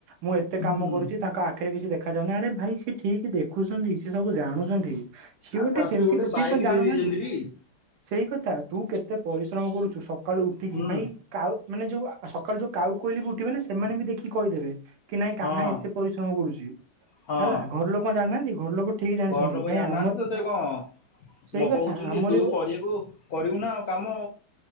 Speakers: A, on the right; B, on the left.
A: ମୁଁ ଏତେ କାମ
B: ହୁଁ
A: କରୁଛି ତାଙ୍କ ଆ ଖୀରେ କିଛି ଦେଖାଯାଉନି ଆରେ ଭାଇ ସିଏ ଠିକ ଦେଖୁଛନ୍ତି ସିଏ ସବୁ ଜାଣୁଛନ୍ତି ସିଏ
B: ଆଉ
A: ଗୋଟେ
B: ତତେ
A: ସେମିତି ସିଏ
B: ବାଇକ୍
A: କଣ ଜାଣୁନାହାନ୍ତି
B: ଦେଇ ଦେଇଛନ୍ତି ଟି
A: ସେଇ କଥା ତୁ କେତେ ପରିଶ୍ରମ କରୁଛୁ ସକାଳୁ ଉଠିକି
B: ହୁଁ
A: ଭାଇ କାଉ ମାନେ ଯୋଉ ସକାଳୁ ଯୋଉ କାଉ କୋଇଲି ବି ଉଠିବେନା ସେମାନେ ବି ଦେଖି କହିଦେବେ କି ନାଇଁ କାହ୍ନା
B: ହଁ
A: ଏତେ ପରିଶ୍ରମ କରୁଛି
B: ହଁ
A: ହେଲା ଘର ଲୋକ କଣ ଜାଣିନାହାନ୍ତି ଘର ଲୋକ ଠିକ ଜାଣିଛନ୍ତି
B: ଘର ଲୋକ
A: ଭାଇ
B: ଜାଣିନାହାନ୍ତି
A: ଆମ
B: ତତେ କଣ
A: ସେଇ
B: ମୋ
A: କଥା
B: କହୁଛନ୍ତି
A: ଆମରି
B: ତୁ କରିବୁ କରିବୁନା କାମ